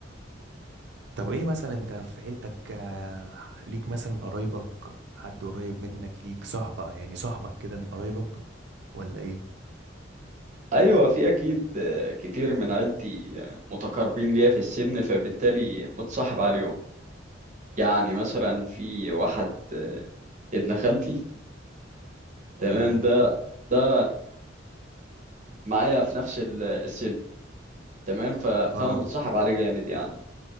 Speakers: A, on the right; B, on the right.
A: طب ايه مثلا انت في عيلتك آه، ليك مثلا قرايبك حد قريب منك ليك صاحبك يعني صاحبك كده من قرايبك ولا ايه
B: ايوه في اكيد آه، كتير من عيلتي آه، متقاربين ليا في السن فبالتالي متصاحب عليهم يعني مثلا في واحد آه، ابن خالتي تمام
A: تمام
B: ده ده معايا في نفس ال- السن تمام ف... فانا
A: اه
B: متصاحب عليه جامد يعني